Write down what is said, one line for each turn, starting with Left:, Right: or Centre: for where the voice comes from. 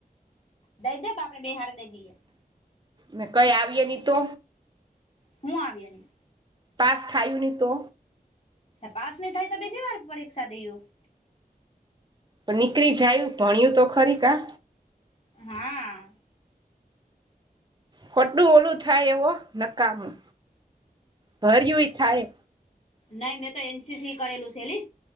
Left: દઈ દે તો આપણે બેહારે દઈ દઈએ.
Right: ને કઈ આવીય નહી તો
Left: હું આવીએ નહી?
Right: પાસ થાયું નહી તો
Left: પાસ નહી થાય તો બીજી વાર પરીક્ષા દેવું.
Right: પણ નીકળી જાયુ ભણ્યું તો ખરી કા
Left: હા હા.
Right: ખોટું ઓલું થાય એવો નકામું ભર્યું થાય
Left: નઈ મે તો એનસીસી કરેલું શેલી